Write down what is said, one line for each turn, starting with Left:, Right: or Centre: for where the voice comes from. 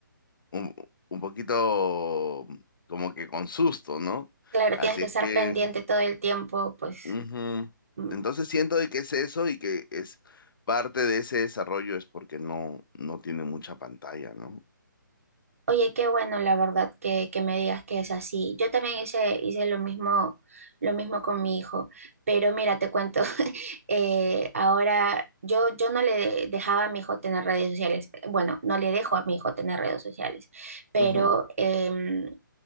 Left: un, un poquito como que con susto, ¿no?
Right: Claro,
Left: Así
Right: tienes que
Left: es
Right: estar
Left: que,
Right: pendiente todo el tiempo, pues
Left: ujú.
Right: Mm,
Left: Entonces siento de que es eso y que es parte de ese desarrollo es porque no, no tiene mucha pantalla, ¿no?
Right: Oye, qué bueno, la verdad, que, que me digas que es así. Yo también hice, hice lo mismo, lo mismo con mi hijo, pero mira, te cuento, <laughs> eh, ahora yo, yo no le dejaba a mi hijo tener redes sociales, bueno, no le dejo a mi hijo tener redes sociales, pero
Left: Ujú,
Right: em,